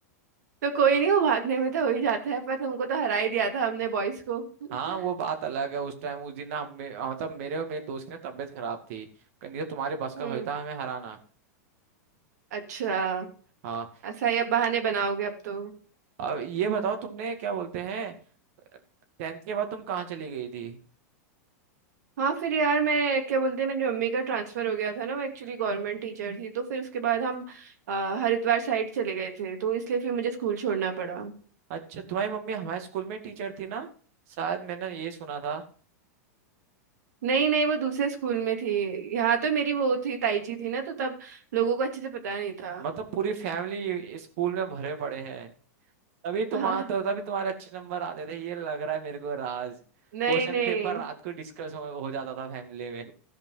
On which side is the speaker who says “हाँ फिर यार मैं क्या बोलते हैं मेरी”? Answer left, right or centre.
Right